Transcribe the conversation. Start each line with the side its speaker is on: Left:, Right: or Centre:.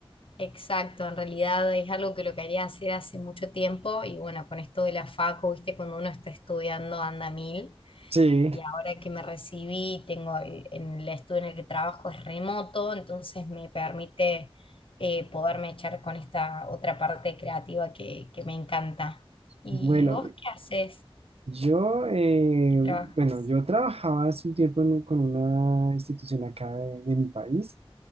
Left: Exacto, en realidad es algo que lo quería hacer hace mucho tiempo y bueno, con esto de la facu, viste, cuando uno está estudiando anda a mil.
Right: Sí,
Left: y ahora que me recibí, tengo el, en el estudio en el que trabajo es remoto, entonces me permite eh, poderme echar con esta otra parte creativa que, que me encanta. ¿Y
Right: bueno,
Left: vos qué haces
Right: Yo, eh,
Left: y trabajas?
Right: bueno, yo trabajaba hace un tiempo en- con una institución acá de, de mi país,